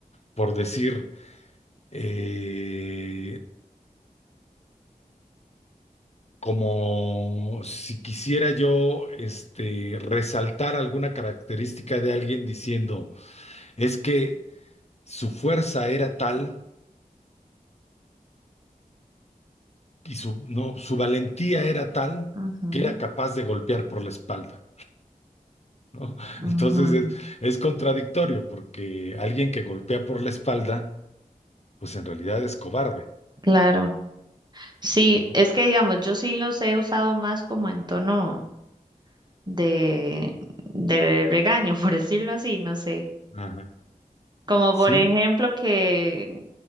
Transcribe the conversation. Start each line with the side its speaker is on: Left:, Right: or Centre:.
Left: por decir, eh, como si quisiera yo este, resaltar alguna característica de alguien diciendo, es que su fuerza era tal y su, no, su valentía era tal
Right: ujú,
Left: que era capaz de golpear por la espalda, ¿no? <laughs>
Right: ujú.
Left: Entonces es, es contradictorio porque alguien que golpea por la espalda, pues en realidad es cobarde,
Right: Claro. Sí,
Left: ¿no?
Right: es que, digamos, yo sí los he usado más como en tono de, de regaño, <laughs> por decirlo así, no sé.
Left: Ajá.
Right: Como
Left: Sí,
Right: por ejemplo que,